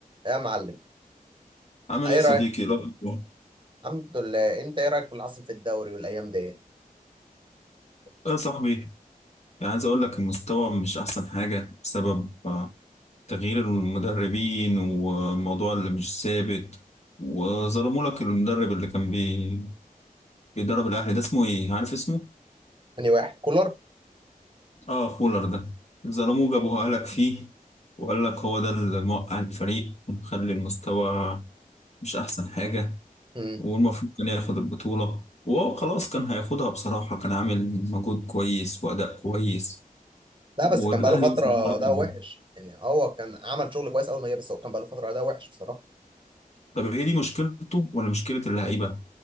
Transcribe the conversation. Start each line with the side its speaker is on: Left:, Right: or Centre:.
Right: يا معلم
Left: عامل
Right: ايه
Left: ايه يا
Right: رايك
Left: صديقي لا والله.
Right: الحمد لله انت ايه رايك في اللي حصل في الدوري والايام دي
Left: ايه يا صاحبي يعني عايز اقول لك المستوى مش احسن حاجة بسبب آه، تغيير المدربين والموضوع اللي مش ثابت وظلموا لك المدرب اللي كان بي... بيدرب الاهلي ده اسمه ايه عارف اسمه
Right: تاني واحد كولر
Left: اه فولر ده ظلموه جابوه لك فيه وقال لك هو ده اللي موقع الفريق ومخلي المستوى مش احسن حاجة
Right: امم
Left: والمفروض كان ياخد البطولة وهو خلاص كان هياخدها بصراحة كان عامل مجهود كويس وأداء كويس
Right: لا
Left: والاهلي
Right: بس كان بقاله فتره
Left: وصل دور
Right: ده
Left: الابطال
Right: وحش يعني هو كان عمل شغل كويس اول ما جه بس هو كان بقاله فتره ده وحش بصراحه
Left: طب هي دي مشكلته ولا مشكله اللعيبه